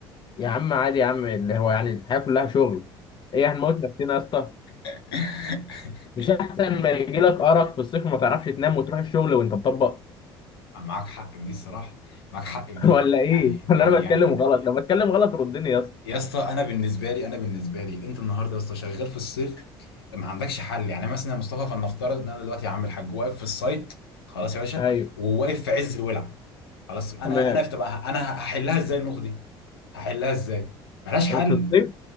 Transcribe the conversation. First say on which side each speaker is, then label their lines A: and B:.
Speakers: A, on the left; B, on the left.
A: يا عم عادي يا عم اللي هو يعني الحياه كلها شغل ايه هنموت نفسنا يا اسطى
B: <laughs>
A: مش احسن ما يجيلك ارق في الصيف وما تعرفش تنام وتروح الشغل وانت مطبق
B: معاك حق في دي الصراحه معاك حق في
A: <laughs>
B: دي
A: ولا ايه
B: يعني
A: ولا
B: يعني
A: انا بتكلم
B: يعني
A: غلط لو بتكلم غلط ردني يا اسطى
B: يا اسطى انا بالنسبه لي انا بالنسبه لي انت النهارده يا اسطى شغال في الصيف ما عندكش حل يعني مثلا يا مصطفى فلنفترض ان انا دلوقتي يا عم الحاج واقف في السايت خلاص يا باشا
A: ايوه
B: وواقف في عز الولع خلاص انا
A: تمام
B: انا بتبقى انا هحلها ازاي النقطه دي هحلها ازاي ملهاش
A: في
B: حل
A: الصيف